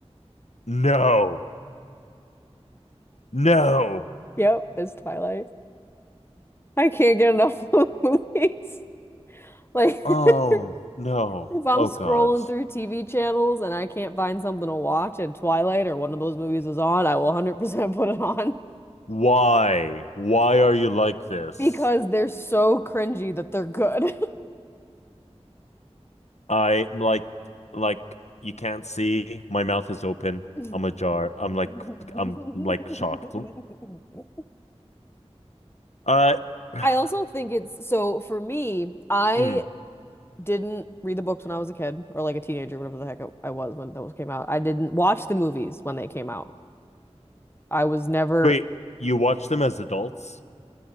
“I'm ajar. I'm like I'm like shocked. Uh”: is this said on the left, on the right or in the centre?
Left